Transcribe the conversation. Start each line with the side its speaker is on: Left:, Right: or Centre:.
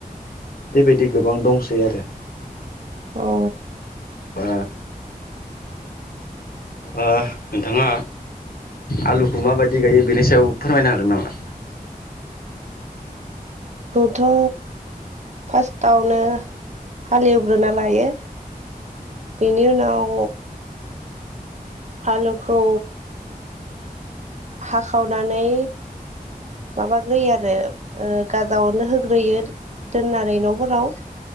Left: बेबायदि गोबां दंसै आरो
Right: औ
Left: ओ ओ नोंथाङा आलुखौ माबायदि गायो बेनि सायाव फोरमायनो हागोन नामा?
Right: थ' फास्ट आवनो हालेवग्रोना लायो बेनि उनाव आलुखौ हाखावनानै माबा ग्रोयो आरो ओ गाजा अरनो होग्रोयो दोननानै न'फोराव